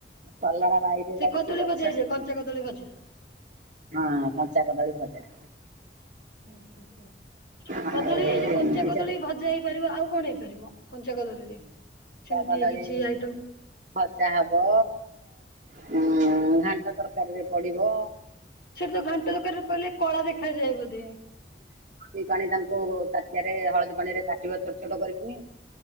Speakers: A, on the right; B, on the left.
A: କଲରା ବାଇରେ
B: ସେ
A: ଲାଗିଛି
B: କଦଳୀ
A: ଗଛ
B: ଭଜା ହେଇଯେ
A: ସେଥିରୁ
B: କଞ୍ଚା କଦଳୀ ଭଜା।
A: ହଁ କଞ୍ଚା କଦଳ ଭଜା।
B: ହୁଁ ହୁଁ ହୁଁ
A: ଆଉ
B: କଦଳୀ ଏଇ ଯୋଉ କଞ୍ଚା
A: ଏମିତି
B: କଦଳୀ
A: ସେ
B: ଭଜା ହେଇପାରିବ ଆଉ କଣ ହେଇପାରିବ? କଞ୍ଚା କଦଳୀରେ
A: ଚା
B: ସେମିତି
A: କଦଳୀ
B: କିଛି ଆଇଟମ
A: ଭଜା ହବ ଘାଣ୍ଟ ତରକାରୀରେ ପଡିଵ।
B: ସେ ତ ଘାଣ୍ଟ ଦରକାରିରେ ପଡ଼ିଲେ କଳା ଦେଖାଯାଏ ବୋଧେ
A: ଦି ପାଣି ତାଙ୍କୁ ତାଟିଆରେ ହଳଦୀ ପାଣି ରେ କାଟିବା ଛୋଟ ଛୋଟ କରିକିନି